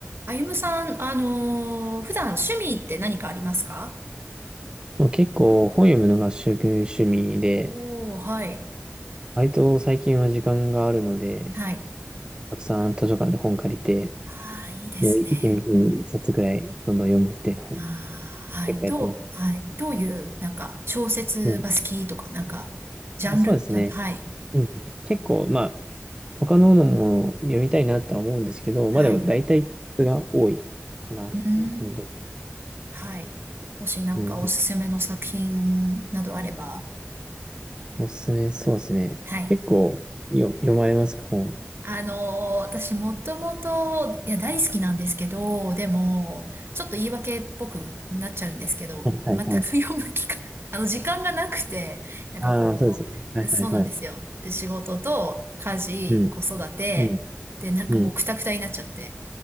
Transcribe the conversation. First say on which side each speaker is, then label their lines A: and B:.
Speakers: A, on the right; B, on the right.
A: あゆむさん、あのー普段趣味って何かありますか
B: まあ、結構本読むのが主趣味で、
A: おー、はい。
B: 割と最近は時間があるので、
A: はい。
B: たくさん図書館で本借りて、
A: ああ、いいですね。
B: もう一気に一冊ぐらいどんどん読むっていうのを
A: ああ、はい。
B: 結構やってます。
A: どう、はい。どういう、なんか、小説が好きとか、
B: うん。
A: なんか、ジャンルじゃ、
B: まあそうですね。
A: はい。
B: うん。結構、まあ、他ののも読みたいなとは思うんですけど、まあでも大体質が多いかなっていう感じです。
A: はい。うーん。はい。もしなんかおすすめの作品などあれば。
B: うんうん。おすすめ、そうですね。
A: はい。
B: 結構よ読まれますか、本。<laughs>
A: あのー私もともと、いや、大好きなんですけど、でも、ちょっと言い訳っぽくなっちゃうんですけど、
B: はいはいはい。
A: 全く読む機会、<laughs> あの、時間がなくて、なんかこう、
B: ああ、そうですね。はいはいはい。
A: そうなんですよ。仕事と家事、
B: うん。
A: 子育て、
B: うん。
A: で、なんかもうクタクタになっちゃって。
B: うん。